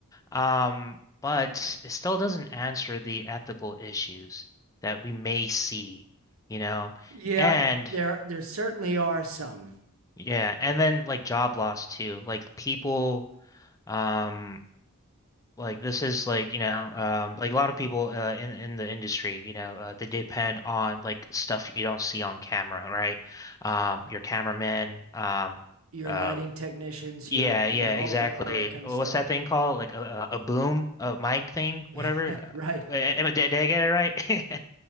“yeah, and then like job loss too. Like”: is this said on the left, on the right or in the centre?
Left